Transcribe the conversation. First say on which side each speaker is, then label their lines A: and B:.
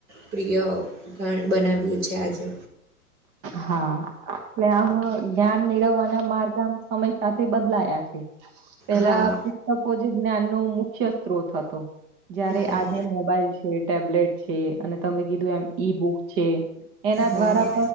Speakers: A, on the right (about 50°); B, on the right (about 35°).
A: પ્રિય બનાવ્યું છે. આજે
B: હા, આપલે આમ જ્ઞાન મેળવવાના માર્ગ આ સમય સાથે બદલાયા છે. પેલા
A: હા
B: કો જ્ઞાન નો મુખ્ય સ્ત્રોત હતો. જયારે
A: હા
B: આજે મોબાઈલ છે, ટેબલેટ છે અને તમે કીધું એમ ઈ બુક છે. એના
A: હા
B: દ્વારા